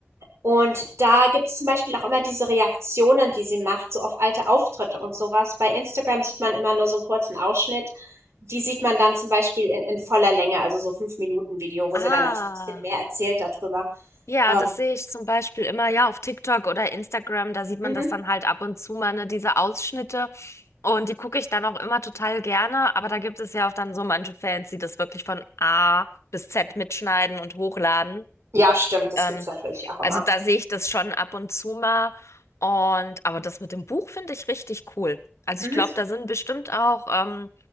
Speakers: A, on the right (about 70°); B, on the left (about 80°).
A: und da gibt es zum Beispiel auch immer diese Reaktionen, die sie macht, so auf alte Auftritte und sowas. Bei Instagram sieht man immer nur so einen kurzen Ausschnitt. Die sieht man dann zum Beispiel in in voller Länge, also so 5 Minuten Video, wo
B: Ah.
A: sie dann auch so ein bisschen mehr erzählt darüber.
B: Ja,
A: Ähm,
B: das sehe ich zum Beispiel immer, ja, auf TikTok oder Instagram, da sieht man
A: mhm.
B: das dann halt ab und zu mal, ne, diese Ausschnitte. Und die gucke ich dann auch immer total gerne, aber da gibt es ja auch dann so manche Fans, die das wirklich von A bis Z mitschneiden und hochladen.
A: Ja, stimmt, das
B: Ähm,
A: gibt's natürlich auch immer.
B: also da sehe ich das schon ab und zu mal. Und aber das mit dem Buch finde ich richtig cool. Also
A: Mhm.
B: ich glaube, da sind bestimmt auch, ähm,